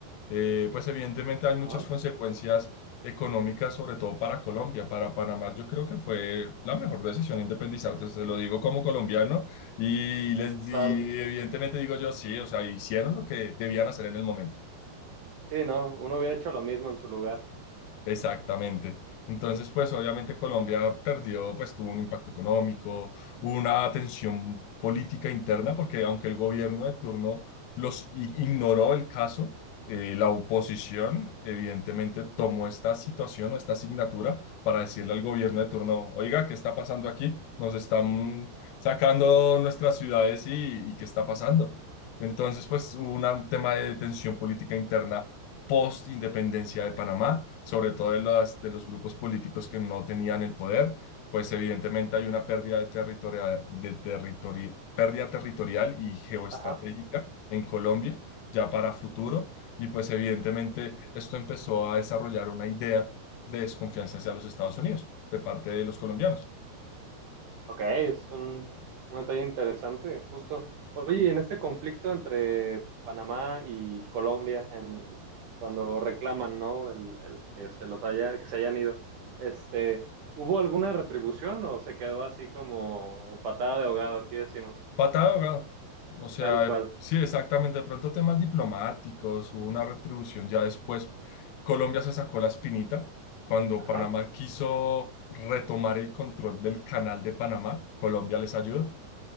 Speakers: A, on the left; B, on the right.
A: eh, pues evidentemente hay
B: Ajá,
A: muchas consecuencias económicas, sobre todo para Colombia. Para Panamá yo creo que fue la mejor decisión independizarte, te lo digo como colombiano y, les, di
B: claro.
A: evidentemente digo yo sí, o sea, hicieron lo que debían hacer en el momento.
B: Sí, no, uno hubiera hecho lo mismo en su lugar.
A: Exactamente. Entonces, pues obviamente Colombia perdió, pues tuvo un impacto económico, hubo una tensión política interna, porque aunque el gobierno de turno los i- ignoró el caso, eh, la oposición evidentemente tomó esta situación o esta asignatura para decirle al gobierno de turno, oiga, ¿qué está pasando aquí? Nos están sacando nuestras ciudades y, y ¿qué está pasando? Entonces, pues hubo una- un tema de tensión política interna post-independencia de Panamá, sobre todo de, las, de los grupos políticos que no tenían el poder, pues evidentemente hay una pérdida, de territorial, de territori pérdida territorial y geoestratégica
B: Ajá.
A: en Colombia ya para futuro y pues evidentemente esto empezó a desarrollar una idea de desconfianza hacia los Estados Unidos de parte de los colombianos.
B: Ok, es un, un detalle interesante, justo. Oye, y en este conflicto entre Panamá y Colombia, en, cuando reclaman, ¿no? El, el que se los haya, que se hayan ido, este, ¿hubo alguna retribución o se quedó así como patada de ahogado? Aquí decimos,
A: Patada de ahogado. O sea,
B: tal cual.
A: eh, sí, exactamente. De pronto temas diplomáticos, hubo una retribución ya después. Colombia se sacó la espinita cuando
B: Ajá.
A: Panamá quiso retomar el control del canal de Panamá. Colombia les ayudó.